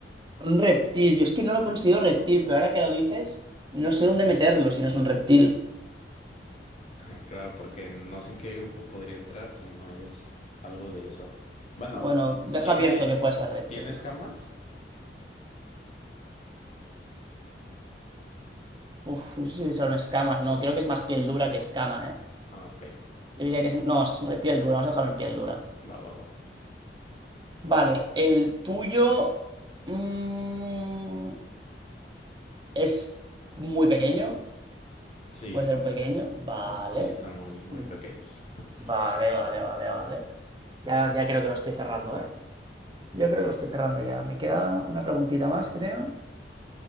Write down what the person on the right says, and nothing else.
Un reptil. Yo es que no lo considero reptil, pero ahora que lo dices, no sé dónde meterlo si no es un reptil.
Bueno, deja
abierto que puede ser reptil.
Uf, no sé si son escamas. No, creo que es más piel dura que escama, ¿eh?
Yo diría que es... No, es piel dura. Vamos a dejarlo en piel dura.
Vale, el tuyo... mm, es muy pequeño.
Puede ser pequeño. Vale.
Mm,
Vale, vale, vale, vale. Ya, ya creo que lo estoy cerrando, ¿eh? Yo creo
que lo estoy cerrando ya. Me queda una preguntita más, creo.